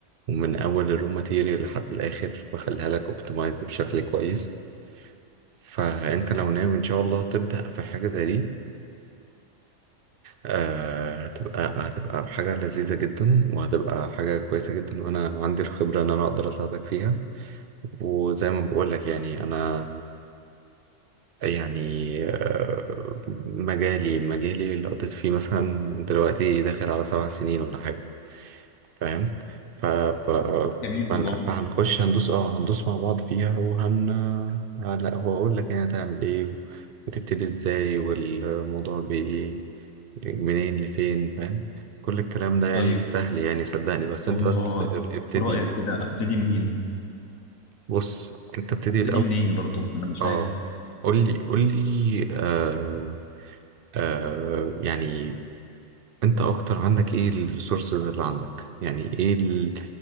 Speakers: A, on the right; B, on the left.
A: ومن اول الرو ماتيريال لحد الاخر واخليها لك اوبتمايزد بشكل كويس فانت لو ناوي ان شاء الله تبدأ في حاجة زي دي آه هتبقى هتبقى حاجة لذيذة جدا وهتبقى حاجة كويسة جدا وانا عندي الخبرة ان انا اقدر اساعدك فيها وزي ما بقول لك يعني انا يعني آه مجالي مجالي اللي قضيت فيه مثلا دلوقتي داخل على سبع سنين ولا حاجة فاهم ف... ف...
B: جميل
A: فهن-
B: والله
A: فهنخش هندوس اه هندوس مع بعض فيها وهن لا هو اقول لك يعني هتعمل ايه و... وتبتدي ازاي والموضوع بي... منين لفين فاهم كل الكلام ده يعني
B: طيب
A: سهل يعني صدقني بس
B: آه
A: انت بس اب- ابتدي
B: في رأيك كده أبتدي منين؟
A: بص انت ابتدي
B: أبتدي
A: الاول
B: منين برضو؟ أنا مش
A: اه
B: عارف
A: قول لي قول لي آه آه يعني انت اكتر عندك ايه الريسورسز اللي عندك يعني ايه ال-